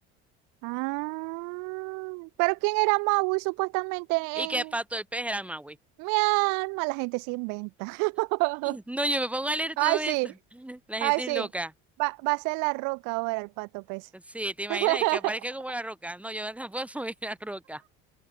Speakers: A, on the right (about 70°); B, in the centre.
A: Ah, pero ¿quién era Maui supuestamente
B: y que
A: en
B: Pato el Pez era Maui.
A: mi alma? La gente se inventa. <laughs>
B: No, yo me pongo a leer
A: Ay,
B: todo esto.
A: sí,
B: <laughs> La
A: Ay,
B: gente
A: sí.
B: es loca.
A: Va, va a ser la roca ahora el pato pez.
B: Sí, ¿te imaginas?
A: <laughs>
B: Y que aparezca como la roca. No, yo <laughs> no puedo subir la roca.